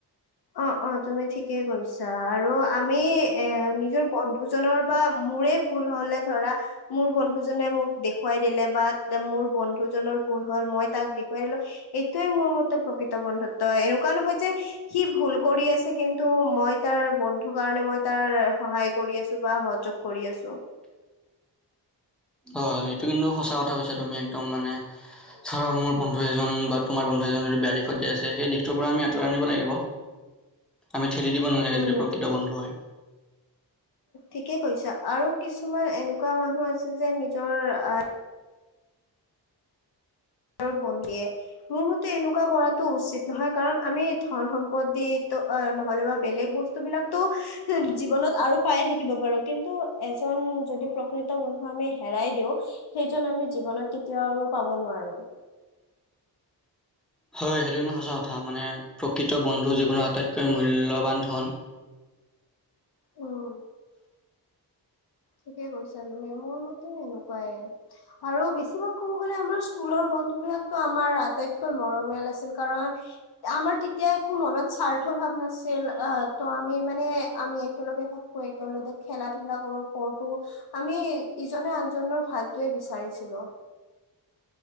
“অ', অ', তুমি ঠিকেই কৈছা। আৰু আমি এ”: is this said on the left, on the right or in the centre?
Left